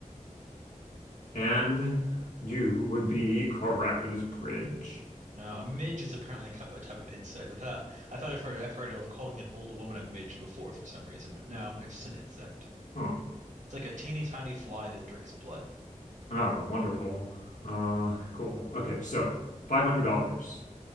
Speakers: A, on the left; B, on the right.
A: And you would be correct. It is bridge.
B: No, a midge is apparently a type, a type of insect. I thought I thought I've heard I've heard of calling an old woman a midge before for some reason, but no, it's just an insect.
A: Huh.
B: It's like a teeny tiny fly that drinks blood.
A: Oh, wonderful. Uh, cool. Okay, so $500.